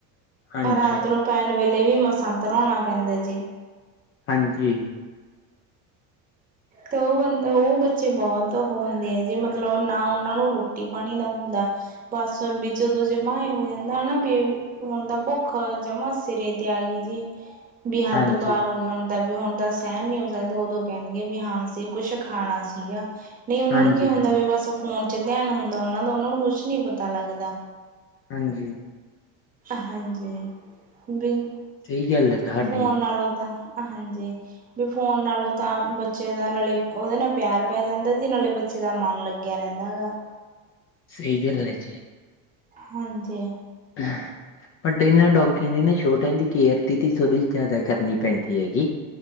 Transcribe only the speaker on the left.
ਹਾਂਜੀ-ਹਾਂਜੀ-ਹਾਂਜੀ,
ਹਾਂਜੀ।
ਹਾਂਜੀ
ਹਾਂਜੀ ਹਾਂਜੀ ਹਾਂਜੀ
ਹਾਂਜੀ
ਹਾਂਜੀ।
ਸਹੀ ਗੱਲ ਹੈ ਤੁਹਾਡੀ
ਫਰੀ ਚਲੇ ਜੇ
<inaudible> ਬਟ ਇਹਨਾਂ ਡੋਗੀਆਂ ਦੀ ਨਾ ਛੋਟਿਆਂ ਦੀ ਕੇਅਰ ਦੀਦੀ ਥੋੜ੍ਹੀ ਜ਼ਿਆਦਾ ਕਰਨੀ ਪੈਂਦੀ ਹੈਗੀ।